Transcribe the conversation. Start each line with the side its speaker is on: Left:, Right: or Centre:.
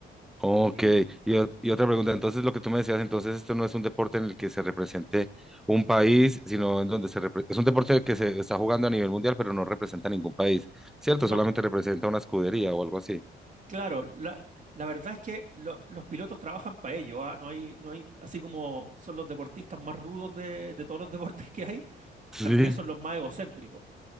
Centre: Ok,
Right: sí.
Centre: y, o- y otra pregunta, entonces lo que tú me decías, entonces esto no es un deporte en el que se represente un país, sino en donde se repre- es un deporte que se está jugando a nivel mundial, pero no representa ningún país, ¿cierto? Solamente
Right: No,
Centre: representa una escudería o algo así.
Right: Claro, la, la verdad es que lo- los pilotos trabajan para ello, ¿ah? No hay, no hay, así como son los deportistas más rudos de, de todos los <laughs> deportes que hay,
Centre: Sí.
Right: también son los más egocéntricos.